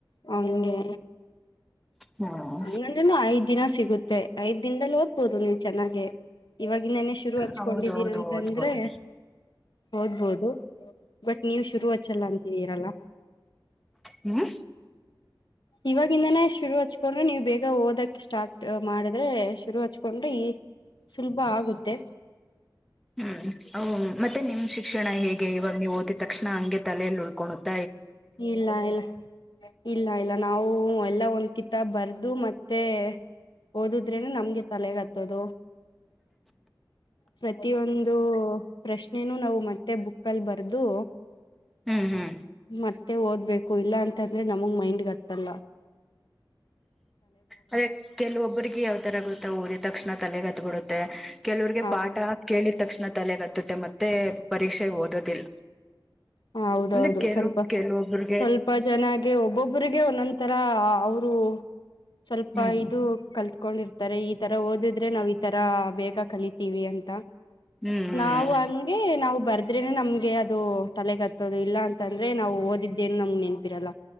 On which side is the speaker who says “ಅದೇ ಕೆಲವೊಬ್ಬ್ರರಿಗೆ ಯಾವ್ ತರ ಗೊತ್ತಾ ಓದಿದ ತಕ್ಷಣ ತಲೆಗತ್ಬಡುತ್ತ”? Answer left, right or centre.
Centre